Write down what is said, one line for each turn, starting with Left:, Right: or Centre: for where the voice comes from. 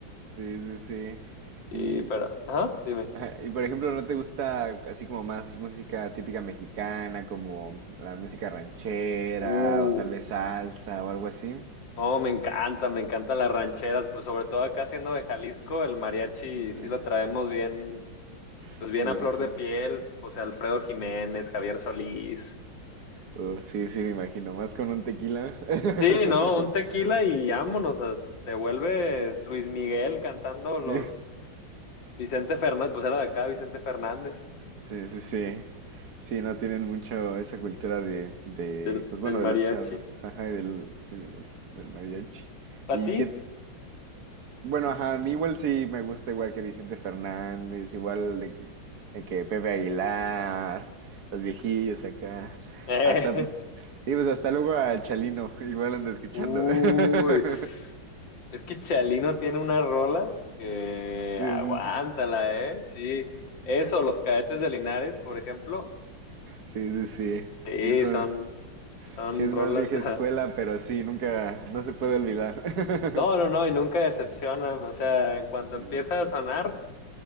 Right: Sí, sí, sí.
Left: Sí,
Right: Y,
Left: pero, ajá, dime.
Right: ajá, y por ejemplo, ¿no te gusta así como más música típica mexicana, como la música ranchera
Left: Uh.
Right: o tal vez salsa o algo así?
Left: No, me encanta, me encantan las rancheras, pues sobre todo acá siendo de Jalisco, el mariachi
Right: No
Left: sí
Right: sé.
Left: lo traemos bien, pues
Right: Sí,
Left: bien a flor
Right: sí, sí.
Left: de piel, o sea, Alfredo Jiménez, Javier Solís.
Right: Uf, sí, sí, me imagino. Más con un tequila.
Left: Sí,
Right: <laughs>
Left: no, un tequila y vámonos, as- te vuelves Luis Miguel cantando los
Right: Sí.
Left: Vicente Fernández, pues era de acá Vicente Fernández,
Right: Sí, sí, sí. Sí, no tienen mucho esa cultura de, de,
Left: del,
Right: pues
Left: del
Right: bueno,
Left: mariachi.
Right: de los charros, ajá, y del, sí, de los, del mariachi.
Left: ¿Para
Right: ¿Y
Left: ti?
Right: qué, Bueno, ajá, a mí igual sí me gusta igual que Vicente Fernández, igual de que, de que Pepe Aguilar, los viejillos acá,
Left: <laughs>
Right: hasta, sí, pues hasta luego al Chalino, <laughs> igual ando escuchando.
Left: Uy,
Right: <laughs>
Left: tss. es que Chalino tiene unas rolas que
Right: Sí,
Left: aguántala,
Right: sí, sí,
Left: ¿eh? Sí, eso, los cadetes de Linares, por ejemplo,
Right: sí, sí, sí,
Left: sí,
Right: eso,
Left: son, son
Right: sí es
Left: rolas.
Right: más vieja
Left: <laughs>
Right: escuela, pero sí, nunca, no se puede olvidar. <laughs>
Left: No, no, no, y nunca decepcionan, o sea, en cuanto
Right: Sí,
Left: empieza a sonar,